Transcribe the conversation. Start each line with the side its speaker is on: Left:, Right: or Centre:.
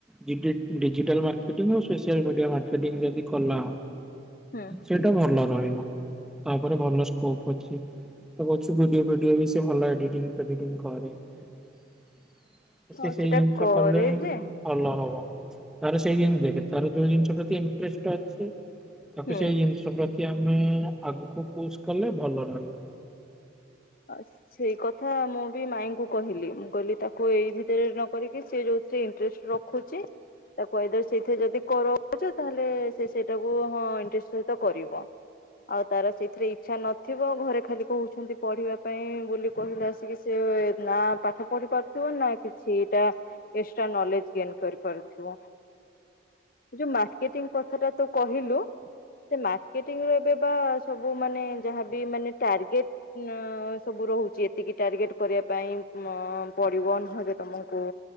Centre: ଡିଜି ଡିଜିଟାଲ ମାର୍କେଟିଂ ଆଉ ସୋସିଆଲ ମିଡିଆ ମାର୍କେଟିଂ ଯଦି କଲା।
Left: ହୁଁ
Centre: ସେଇଟା ଭଲ ରହିବ ତାପରେ ଭଲ ସ୍କୋପ ଅଛି। ତ <unintelligible> ଭିଡିଓ ଫିଡିଓ ବି ସେ ଭଲ ଏଡିଟିଂ ଫେଡିଟିଂ କରେ। ତ ସେ
Left: ହଁ
Centre: ସେଇ
Left: ସେଟା
Centre: ଜିନିଷ
Left: କରେ
Centre: କଲେ ହିଁ
Left: ଯେ
Centre: ଭଲ ହବ ତାର ସେଇ ଜିନଷ ଦେଖେ ତାର ଯୋଉ ଜିନିଷ ପ୍ରତି ଇଣ୍ଟେର୍ଷ୍ଟ ଅଛି ତାକୁ
Left: ହୁଁ
Centre: ସେଇ ଜିନିଷ ପ୍ରତି ଆମେ ଆଗକୁ ପୁସ୍ କଲେ ଭଲ ରହିବୁ।
Left: ଆଛ୍ ସେଇ କଥା ମୁଁ ବି ମାଇଁଙ୍କୁ କହିଲି ମୁଁ କହିଲି ତାକୁ ଏଇ ଭିତରେ ନ କରିକି ସେ ଯୋଉଥିରେ ଇ ଇନଟ୍ରେଷ୍ଟ ରଖୁଚି। ତାକୁ କହିଦେବ ସେଇଥିରେ ଯଦି କରଛ ତାହଲେ ସେ ସେଇଟାକୁ ହଁ ଇଣ୍ଟେର୍ଷ୍ଟ ସହିତ କରିବ। ଆଉ ତାର ସେଇଥିରେ ଇଚ୍ଛା ନଥିବ ଘରେ ଖାଲି କହୁଛନ୍ତି ପଢିବା ପାଇଁ ବୋଲି କହିଲେ ଆସିକି ସେ ନା ପାଠ ପଢି ପାରୁଥିବ ନା କିଛି ଟା ଏକ୍ସଟ୍ରା ନଲେଜ ଗେନ୍ କରିପାରୁଥିବୁ। ଯୋଉ ମାର୍କେଟିଂ କଥା ଟା ତୁ କହିଲୁ ସେ ମାର୍କେଟି ର ଏବେ ବା ସବୁ ମାନେ ଯାହାବି ମାନେ ଟାର୍ଗେଟ। ନାଁ ସବୁ ରହୁଛି ଏତିକି ଟାର୍ଗେଟ କରିବା ପାଇଁ ମ ପଡିବ ନହଲେ ତମକୁ